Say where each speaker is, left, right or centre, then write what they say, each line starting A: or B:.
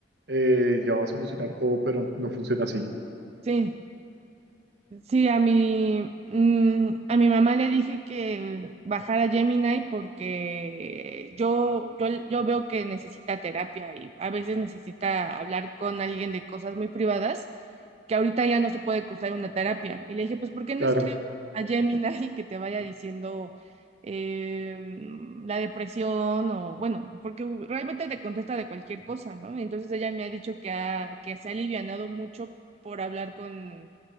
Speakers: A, on the right; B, on the right.
A: eh, ya va a solucionar todo, pero no funciona así.
B: Sí. Sí, a mi, mm, a mi mamá le dije que bajara Gemini porque yo, yo, yo veo que necesita terapia y a veces necesita hablar con alguien de cosas muy privadas que ahorita ya no se puede cursar una terapia. Y le dije, pues, ¿por qué no
A: Claro,
B: escribes a Gemini <laughs> que te vaya diciendo eh, la depresión o, bueno, porque realmente te contesta de cualquier cosa, ¿no? Entonces ella me ha dicho que, ha- que se ha alivianado mucho por hablar con...